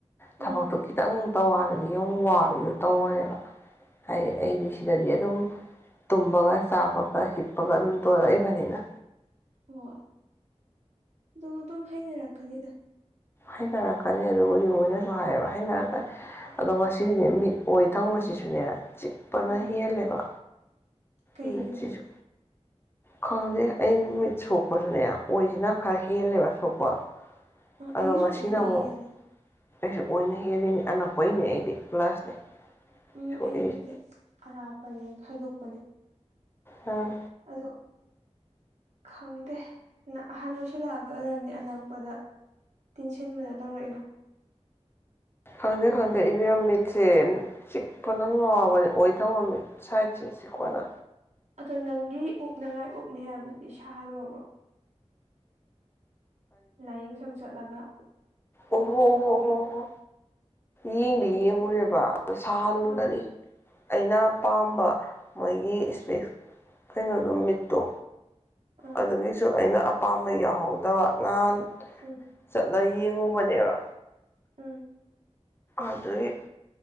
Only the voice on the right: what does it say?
ꯎꯝ
ꯎꯝ ꯗꯨꯕꯨ ꯗꯨꯝ ꯍꯩꯅꯔꯛꯀꯅꯤꯗ꯫
ꯎꯝ
ꯀꯩꯒꯤꯅꯣꯗꯤ
ꯑ
ꯑꯩꯒꯤꯁꯨ
ꯑꯣꯏꯅ
ꯍꯦꯜꯂꯦ꯫
ꯎꯝ
ꯑꯩꯕꯨꯗꯤ ꯑꯔꯥꯞꯄꯔꯦ ꯈꯥꯏꯗꯣꯛꯄꯅꯦ꯫
ꯑꯗꫭ ꯈꯪꯗꯦ ꯅ ꯑꯍꯥꯟꯕ ꯑꯣꯏꯁꯨ ꯂꯥꯛꯕ ꯑꯣꯏꯔꯝꯅꯤ ꯑꯅꯛꯄꯗ ꯇꯤꯟꯁꯤꯟꯕꯗ ꯇꯧꯔꯛꯏꯕ꯫
ꯑꯗꯣ ꯅꯪꯒꯤ ꯎꯞꯅꯉꯥꯏ ꯎꯞꯅꯤ ꯍꯥꯏꯕꯗꯨꯗꯤ ꯁꯥꯍꯜꯂꯨꯕ꯭ꯔꯣ꯫ ꯂꯥꯏꯌꯦꯡꯁꯪ ꯆꯠꯂꯒ꯫
ꯃꯤꯠ
ꯁꯣꯛꯄꯒꯤ
ꯑꯥ
ꯑꯥ
ꯎꯝ
ꯑꯥ